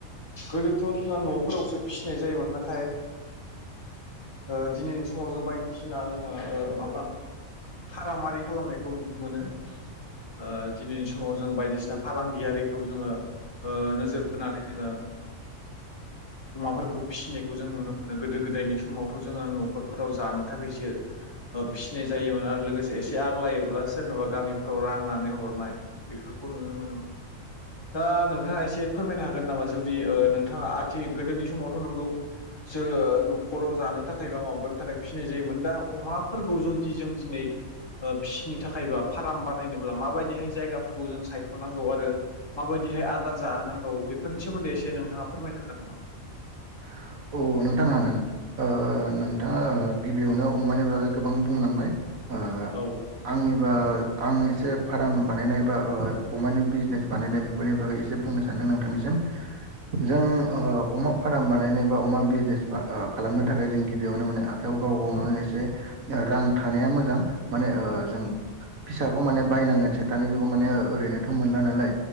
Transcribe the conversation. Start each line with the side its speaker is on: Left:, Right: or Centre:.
Left: गोदोथ' जोंहा न'फोरावसो फिसिनाय जायोमोन नाथाय ओ दिनैनि समाव जों बायदिसिना जोङो ओ माबा फाराम आरि खालामनायखौ नुनो मोनो। ओ दिनैनि समाव जों बायदिसिना फालांगियारिखौ जोङो ओ नोजोर बोनानै जोङो अमाफोरखौ फिसिनायखौ जों नुनो मोनो। गोदो गोदायनि समावथ' जोङो न'खरफोराव जानो थाखायसो ओ फिसिनाय जायोमोन आरो लोगोसे एसे आग्लायोब्ला सोरनोबा गामिफ्राव राननानै हरनाय बेफोरखौ खौ नुनो मोनोमोन दा नोंथाङा एसे फोरमायनो हागोन नामा जुदि ओ नों थाङा आथि गोदोनि समावथ' नंगौ जोङो न'खराव जानो थाखाय बा माबानो थाखाय फिसिनाय जायोमोन दा अमाफोरखौ जुदि जों दिनै फिसिनो थाखाय बा फाराम बानायनोब्ला माबायदिहाय जायगाफोरखौ जों सायख'नांगौ आरो माबाय दिहाय आदार जाहोनांगौ बेफोरनि सोमोन्दै एसे नोंथाङा फोरमायनो हागोन नामा?
Right: अ नोंथां हागोन ओ नोंथाङा
Left: औ
Right: गिबियावनो अमानि बागै गोबां बुंलांबाय ओ
Left: औ
Right: आंनिबा आं एसे फाराम बानायनाय बा अमानि बिजनेस बानायनाय बेफोरनि बागै एसे बुंनो सानदों नोंथांनिसिम। जों ओ अमा फाराम बानायनाय बा अमा बिजनेस बा ओ खालामनो थाखाय जों गिबियावनो माने आखाइायाव गाव गावनावनो एसे रां थानाया मोजां माने ओ जों फिसाखौ माने बायनांगोनसो दानि जुगाव माने ओ ओरैनोथ' मोनला नालाय।